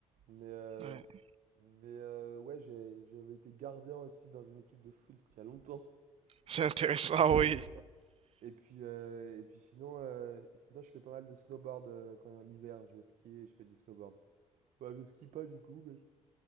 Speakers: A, on the right; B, on the right.
A: Mais, euh,
B: Ouais.
A: mais euh, ouais, j'ai- j'avais été gardien aussi dans une équipe de foot il y a longtemps.
B: <laughs> C'est intéressant,
A: <laughs>
B: oui.
A: Et puis, euh, et puis sinon, euh, sinon je fais pas mal de snowboard euh, quand l'hiver, je vais skier, je fais du snowboard. Ouais, je skie pas du coup, mais